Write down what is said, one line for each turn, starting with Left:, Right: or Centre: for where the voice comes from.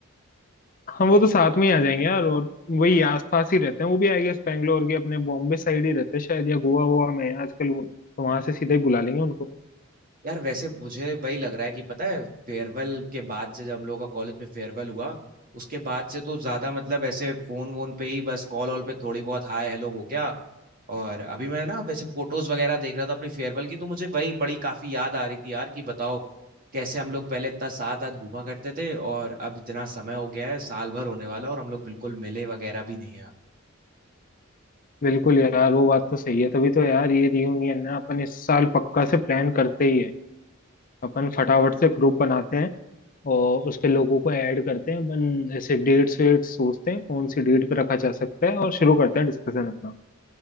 Left: हाँ वो तो साथ में ही आ जाएंगे यार और वही आसपास ही रहते हैं वो भी आई गेस बैंगलोर के अपने बॉम्बे साइड ही रहते हैं शायद या गोवा वोवा में हैं आजकल वो तो वहां से सीधे ही बुला लेंगे उनको
Right: यार वैसे मुझे वही लग रहा है कि पता है फेयरवेल के बाद से जब हम लोगों का कॉलेज में फेयरवेल हुआ उसके बाद से तो ज्यादा मतलब ऐसे फोन वोन पे ही बस कॉल वॉल पे थोड़ी बहुत हाय हेलो हो गया और अभी मैं ना वैसे फोटोज वगैरह देख रहा था अपनी फेयरवेल की तो मुझे वही बड़ी काफी याद आ रही थी यार कि बताओ कैसे हम लोग पहले इतना साथ साथ घूमा करते थे और अब इतना समय हो गया है साल भर होने वाला है और हम लोग बिल्कुल मिले वगैरह भी नहीं है
Left: बिल्कुल यार वो बात तो सही है तभी तो यार ये रियूनियन ना अपन इस साल पक्का से प्लान करते ही है अपन फटाफट से ग्रुप बनाते हैं और उस पे लोगों को ऐड करते हैं अपन ऐसे डेट्स वेट्स सोचते हैं कौन सी डेट पे रखा जा सकता है और शुरू करते हैं डिस्कशन अपना